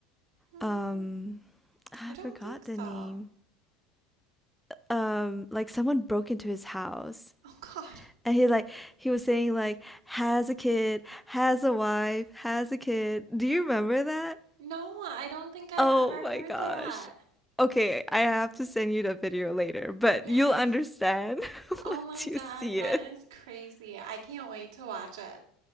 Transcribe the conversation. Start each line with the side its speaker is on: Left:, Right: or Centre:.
Right: Hmm,
Centre: Um, I
Right: I don't
Centre: forgot
Right: think so.
Centre: the name. Um, like someone broke into his house
Right: Oh, God.
Centre: and he like he was saying like has a kid, has a wife, has a kid. Do you remember that?
Right: No, I don't think I've
Centre: Oh
Right: ever heard
Centre: my gosh.
Right: that.
Centre: Okay, I have to send you the video later, but
Right: Yes.
Centre: you'll understand <laughs>
Right: Oh
Centre: once
Right: my God,
Centre: you see
Right: that
Centre: it.
Right: is crazy. I can't wait to watch it.